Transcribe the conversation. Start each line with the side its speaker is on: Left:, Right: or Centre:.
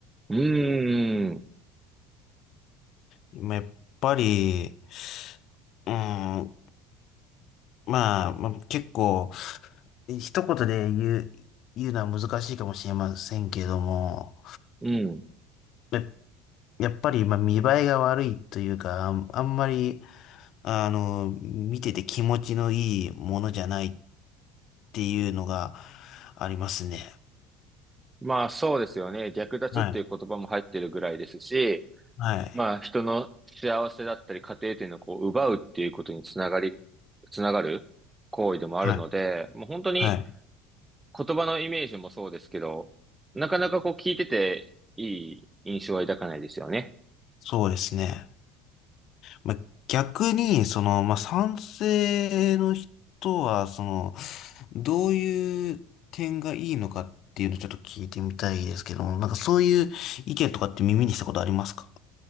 Right: うーん、
Left: まあやっぱり、うん、まあ、まあ、結構、一言で言う、言うのは難しいかもしれませんけれども、
Right: うん。
Left: や、やっぱり、まあ、見栄えが悪いというか、あんあんまり、あの、見てて気持ちのいいものじゃないっていうのがありますね。
Right: まあそうですよね。略奪っていう言葉も入ってるぐらいですし、
Left: はい。はい。
Right: まあ、人の幸せだったり、家庭っていうのをこう、奪うっていうことにつながり、つながる行為でもあるので、
Left: はい。
Right: もう本当に
Left: はい。
Right: 言葉のイメージもそうですけど、なかなかこう聞いてていい印象は抱かないですよね。
Left: そうですね。まあ、逆に、その、まあ、賛成の人は、その、どういう点がいいのかっていうのをちょっと聞いてみたいですけども、なんかそういう意見とかって耳にしたことありますか